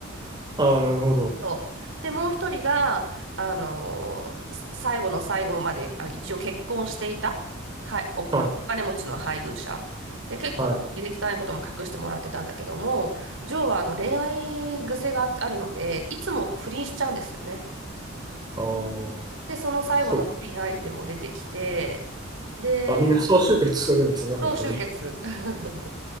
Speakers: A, on the right; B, on the right.
A: あー、なるほど。
B: そう。で、もう一人が、あのーす最後の最後まで、あ、一応結婚していた、はい、お、
A: はい。
B: あの、お金持ちの配偶者。で、結構お金で汚いことも隠してもらってたんだけども、
A: はい。
B: ジョーはあの恋愛癖があるので、いつも不倫しちゃうんですよね。
A: ああ、
B: で、その最後の不倫相手も出てきて、
A: そう
B: で、
A: あ、みんな総集結するんですね、本当に。
B: 同終結。<laughs>